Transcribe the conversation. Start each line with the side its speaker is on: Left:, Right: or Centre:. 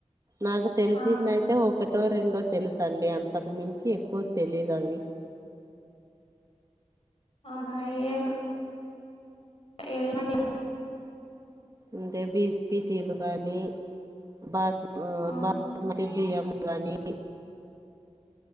Right: నాకు తెలిసింది
Left: ఆ
Right: అయితే ఒకటో రెండో తెలుసు అండి అంతకు మించి ఎక్కువ తెలీదు అవి
Left: అవునా ఏ ఏళండి
Right: అంటే బీ బిపిటీలు కానీ బాసు
Left: ఆ
Right: బాసుమతి బియ్యం గానీ